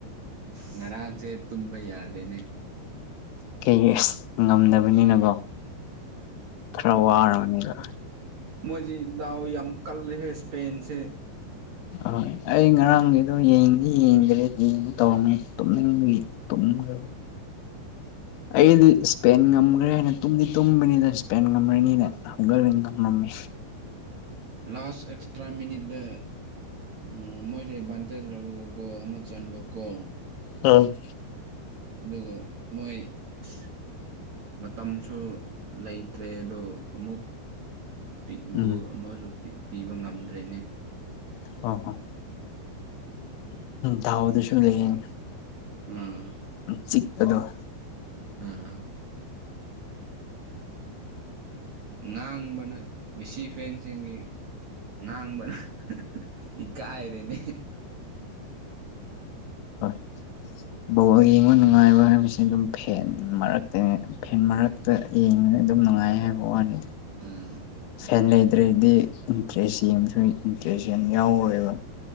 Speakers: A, on the right; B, on the left.
A: ꯉꯔꯥꯡꯁꯦ ꯇꯨꯝꯕ ꯌꯥꯗꯦꯅꯦ
B: ꯀꯩꯒꯤ ꯉꯝꯗꯕꯅꯤꯅꯀꯣ ꯈꯔ ꯋꯥꯔꯕꯅꯦꯕ
A: ꯃꯣꯏꯁꯤ ꯗꯥꯎ ꯌꯥꯝ ꯀꯜꯂꯦꯍꯦ ꯏꯁꯄꯦꯟꯁꯦ
B: ꯍꯣꯏ ꯑꯩ ꯉꯔꯥꯡꯒꯤꯗꯣ ꯌꯦꯡꯗꯤ ꯌꯦꯡꯗ꯭ꯔꯤ ꯌꯦꯡꯒꯦ ꯇꯧꯔꯝꯃꯤ ꯇꯨꯝꯅꯤꯡꯕꯒꯤ ꯇꯨꯝꯃꯒ ꯑꯩꯗꯤ ꯏꯁꯄꯦꯟ ꯉꯝꯈ꯭ꯔꯦ ꯍꯥꯏꯅ ꯇꯨꯝꯗꯤ ꯇꯨꯝꯕꯅꯤꯅ ꯏꯁꯄꯦꯟ ꯉꯝ꯭ꯔꯅꯤꯅ ꯍꯧꯒꯠꯂꯗꯤ ꯉꯝꯃꯝꯃꯦ
A: ꯂꯥꯁ ꯑꯦꯛꯁꯇ꯭ꯔꯥ ꯃꯤꯅꯤꯠꯗ ꯑ ꯃꯣꯏꯖꯦ ꯑꯦꯗꯚꯥꯟꯇꯦꯖ ꯂꯧꯔꯒ ꯒꯣꯜ ꯑꯃ ꯆꯟꯕ ꯀꯣ
B: ꯑ
A: ꯑꯗꯨꯒ ꯃꯣꯏ ꯑꯁ ꯃꯇꯝꯁꯨ ꯂꯩꯇ꯭ꯔꯦ ꯑꯗꯣ ꯑꯃꯨꯛ ꯄꯤ ꯒꯣꯜ
B: ꯎꯝ
A: ꯑꯃꯁꯨ ꯄꯤ ꯄꯤꯕ ꯉꯝꯗ꯭ꯔꯦꯅꯦ
B: ꯍꯣꯢ ꯍꯣꯏ ꯗꯥꯎꯗꯁꯨ ꯂꯩꯌꯦꯅꯦ
A: ꯎꯝ
B: ꯆꯤꯛꯄꯗꯣ
A: ꯎꯝ ꯉꯥꯡꯕꯅ ꯃꯦꯁꯤ ꯐꯦꯟꯁꯤꯡꯒꯤ ꯉꯥꯡꯕꯅ ꯏꯀꯥꯏꯔꯦꯅꯦ
B: ꯍꯣꯏ ꯕꯣꯜ ꯌꯦꯡꯕ ꯅꯨꯡꯉꯥꯏꯕ ꯍꯥꯏꯕꯁꯤ ꯑꯗꯨꯝ ꯐꯦꯟ ꯃꯔꯛꯇꯩꯅꯦ ꯐꯦꯟ ꯃꯔꯛꯇ ꯌꯦꯡꯕꯅ ꯑꯗꯨꯝ ꯅꯨꯡꯉꯥꯏꯌꯦ ꯍꯥꯏꯕ ꯋꯥꯅꯤ
A: ꯑꯥ
B: ꯐꯦꯟ ꯂꯩꯗ꯭ꯔꯗꯤ ꯏꯟꯇꯔꯦꯁ ꯌꯦꯡꯁꯨ ꯏꯟꯇꯔꯦꯁ ꯌꯥꯝ ꯌꯥꯎꯔꯣꯢꯕ